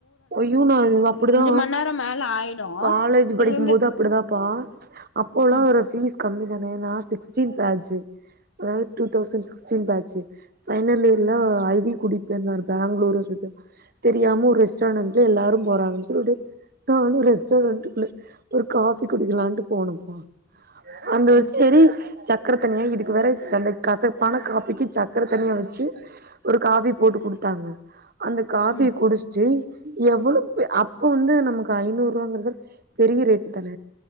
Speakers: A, on the right; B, on the left.
A: அய்யோ நா அப்படிதா
B: மண் நேரோ மேல ஆயிடு
A: காலேஜ் படிக்கும்போது
B: இங்கருந்து
A: அப்படிதாப்பா அப்போல்லா
B: ம்
A: ஒரு ஃபீஸ் கம்மிதானே நா சிக்ஸ்டீன் பேட்ச்சு அதாவது two thousand sixteen batch final இயர்ல ஐ வி கூட்டிட்டு போயிருந்தாரு பேங்களூர் சு து தெரியாம ஒரு ரெஸ்டாண்ட்ல எல்லாரும் போறாங்கன்னு சொல்ட்டு நானு ரெஸ்டாரண்ட்டுக்குள்ள ஒரு காஃபி குடிக்கலான்ட்டு போனப்பா அந்த ஒரு
B: ம்
A: செரி சக்கர தண்ணிய இதுக்கு வேற அந்த கசப்பான காபிக்கு சக்கர தண்ணிய வெச்சு ஒரு காஃபி போட் டு குடுத்தாங்க அந்த காஃபிய
B: ம்
A: குடிச்சிட்டு எவ் ளோ பே அப்ப வந்து நமக்கு ஐநூறு ரூவாங்கறது பெரிய ரேட்டு தான